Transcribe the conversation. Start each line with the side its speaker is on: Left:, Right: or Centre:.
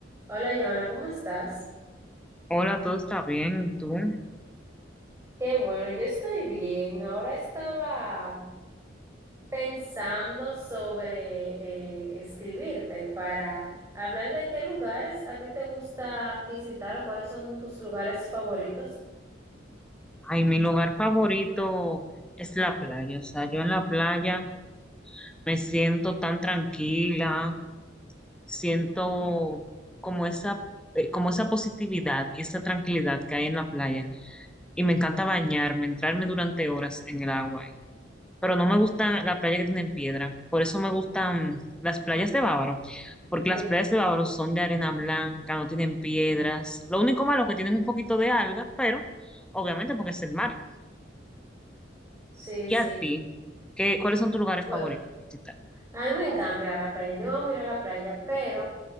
Right: Hola, Joana, ¿cómo estás?
Centre: Hola, todo está bien, ¿y tú?
Right: Qué bueno, yo estoy bien. Ahora estaba Pensando sobre eh, escribirte para hablar de qué lugares a ti te gusta visitar o cuáles son tus lugares favoritos.
Centre: Ay, mi lugar favorito es la playa, o sea, yo en la playa me siento tan tranquila, siento como esa, eh, como esa positividad y esa tranquilidad que hay en la playa, y me encanta bañarme, entrarme durante horas en el agua, pero no me gusta la playa que tiene piedra. Por eso me gustan las playas de Bávaro, porque
Right: Sí,
Centre: las playas de Bávaro son de arena blanca, no tienen piedras. Lo único malo es que tienen un poquito de algas pero obviamente porque es el mar.
Right: sí,
Centre: ¿Y
Right: sí.
Centre: a ti? ¿Qué, cuáles son tus lugares
Right: Bueno.
Centre: favoritos de visitar?
Right: A mí me encanta ir a la playa, yo amo ir a la playa, pero